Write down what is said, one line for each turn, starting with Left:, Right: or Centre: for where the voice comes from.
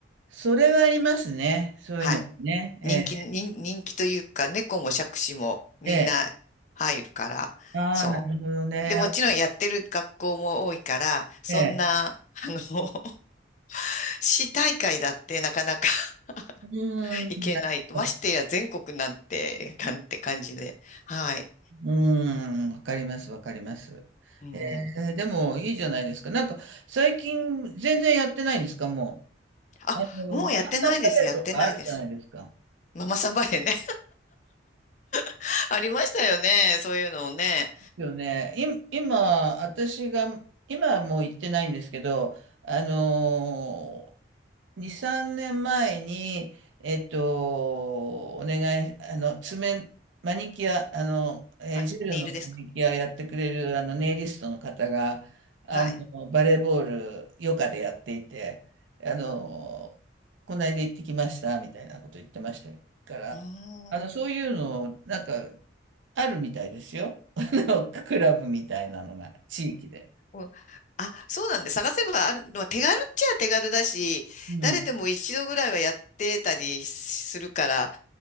Right: それはありますね。そういうのね。
Left: はい。
Right: え
Left: 人気、人、人気というか、猫も杓子もみんな入るから、
Right: え、ええ。ああ、
Left: そ
Right: なるほどね。
Left: う。で、もちろんやってる学校も多いから、そんな、
Right: ええ。
Left: あの、<laughs> 市大会だってなかなか
Right: うーん、
Left: <laughs> 行けないと。
Right: なるほど。
Left: ましてや全国なんて、なんて感じで。はい。
Right: うーん、わかります、わかります。
Left: うん。
Right: えー、でもいいじゃないですか。なんか最近全然やってないんですか、も
Left: あ、
Right: う。あの、
Left: もうやってないです。
Right: マラソンバレーとかあるじゃないですか。
Left: やってないです。ママさんバレーね。<laughs> ありましたよね。そういうのをね。
Right: よね。い、今、私が、今はもう行ってないんですけど、あのー、2、3年前に、えっと、お願い、あの、爪、マニキュア、あの、えージェルのマニキュアをやってくれる、
Left: はい。ネイルですか
Right: あの、ネイリストの方が、あの、
Left: はい。
Right: バレーボール、余暇でやっていて、あのー、この間行ってきました、みたいなこと言ってましたから、
Left: あ
Right: あの、そういうの、なんか、あるみたいですよ。のクラブみたいなのが地域で。
Left: ーうん。あ、そうなんで、探せばある、まあ、手軽っちゃ手軽だし、
Right: うん。
Left: 誰でも一度ぐらいはやってたりするから、